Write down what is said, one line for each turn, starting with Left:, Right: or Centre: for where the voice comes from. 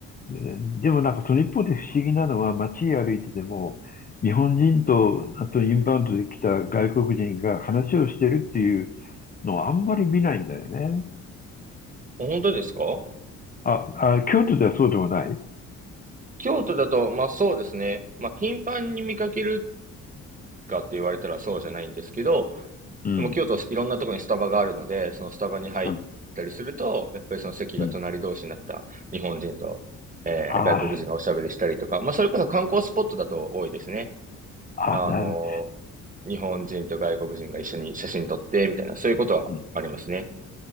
Left: えーでもなんかその一方で不思議なのは街歩いてても、日本人と、あとインバウンドで来た外国人が話をしてるっていうのをあんまり見ないんだよね。
Right: 本当ですか
Left: あ、あ、京都ではそうでもない
Right: 京都だと、まあそうですね。まあ頻繁に見かけるかって言われたらそうじゃないんですけど、
Left: うん。
Right: でも京都いろんなところにスタバがあるので、そのスタバに入ったりすると、
Left: うん。
Right: やっぱりその席が隣同士になった日本人と、
Left: うん。
Right: えー外国人がおしゃべりしたりとか、
Left: あ
Right: まあそれこそ観光スポットだと多いですね。
Left: あ、
Right: あのー
Left: あ、なる。
Right: 日本人と外国人が一緒に写真撮ってみたいな、そういうことはありますね。
Left: うん。